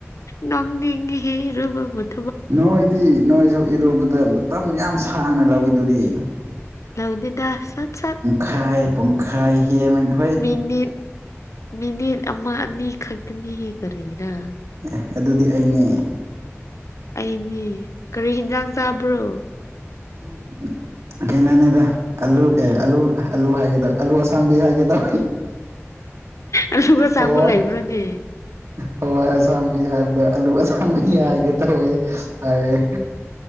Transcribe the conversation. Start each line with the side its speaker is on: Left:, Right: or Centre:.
Left: ꯅꯪꯗꯤ ꯅ‌ꯦꯍꯦꯔꯕꯕꯨꯠ
Right: ꯅꯣꯏꯗꯤ ꯅꯣꯏꯁꯨ ꯏꯔꯨꯕꯗ ꯃꯇꯝ ꯌꯥꯝ ꯁꯥꯡꯅ ꯂꯧꯋꯤꯗꯨꯗꯤ
Left: ꯂꯧꯗ‌ꯦꯗ ꯁꯠ ꯁꯠ
Right: ꯈꯥꯏ ꯄꯨꯡꯈꯥꯏ ꯍꯦꯟ <unintelligible>
Left: ꯃꯤꯅꯤꯠ ꯃꯤꯅꯤꯠ ꯑꯃ ꯑꯅꯤ ꯈꯛꯇꯅꯤ ꯍꯦ ꯀꯔꯤꯔ
Right: ꯑꯦ ꯑꯗꯨꯗꯤ ꯑꯩꯅꯦ
Left: ꯅ‌ꯦ ꯀꯔꯤ ꯍꯤꯟꯖꯥꯡ ꯆꯥꯕ꯭ꯔꯣ
Right: <inaudible> ꯀꯩꯅꯣꯅꯤꯗ ꯑꯂꯨ ꯑꯦ ꯑꯂꯨ ꯑꯂꯨ ꯍꯥꯏꯒꯦꯗꯧ ꯑꯂꯨ ꯑꯁꯥꯡꯕ ꯍꯥꯏꯒꯦꯗꯧ
Left: ꯑꯂꯨ ꯑꯁꯥꯡꯕ
Right: ꯍꯋꯥꯏ
Left: ꯂꯩꯕ꯭ꯔ‌ꯣꯅ‌ꯦ
Right: ꯍꯋꯥꯏ ꯑꯁꯥꯡꯕꯤ ꯍꯥꯏꯕꯗ ꯑꯂꯨ ꯑꯁꯥꯡꯕꯤ ꯌꯥꯏꯒꯦ ꯇꯧꯋꯦ ꯍꯥꯏꯌ‌ꯦ